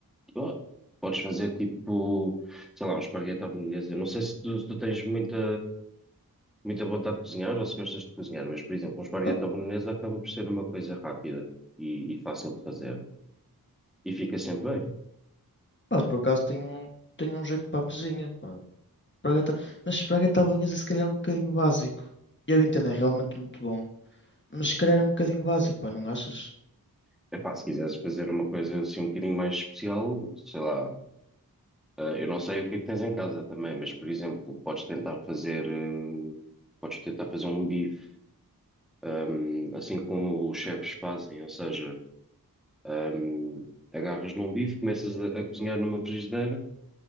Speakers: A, in the centre; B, on the left.
A: Ah, Podes fazer tipo, sei lá, um esparguete à bolonhesa. Eu não sei se tu, se tu tens muita, muita vontade de cozinhar ou se gostas de cozinhar, mas, por exemplo, um esparguete
B: Pá,
A: à bolonhesa acaba por ser uma coisa rápida e, e fácil de fazer. E fica sempre bem.
B: pá, por acaso tenho, um- tenho um jeito para a cozinha, pá. Espargata- mas espargueta à bolonhesa se calhar é um bocadinho básico. Eu entendo, é realmente muito bom. Mas se calhar é um bocadinho básico, pá, não achas?
A: Epá, se quiseres fazer uma coisa assim um bocadinho mais especial, sei lá, ah, eu não sei o que é que tens em casa também, mas, por exemplo, podes tentar fazer, eh, podes tentar fazer um bife um, assim como os chefes fazem, ou seja, um, agarras num bife, começas a, a cozinhar numa frigideira